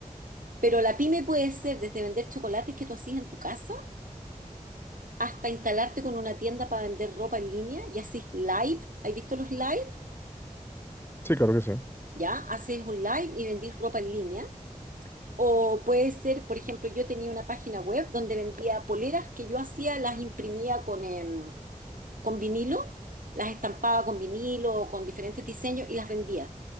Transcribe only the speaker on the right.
pero la pyme puede ser desde vender chocolates que tú hacías en tu casa, hasta instalarte con una tienda para vender ropa en línea y haces live. ¿Has visto los live?
Ya, haces un live y vendís ropa en línea. O puede ser, por ejemplo, yo tenía una página web donde vendía poleras que yo hacía, las imprimía con, em, con vinilo, las estampaba con vinilo o con diferentes diseños y las vendía.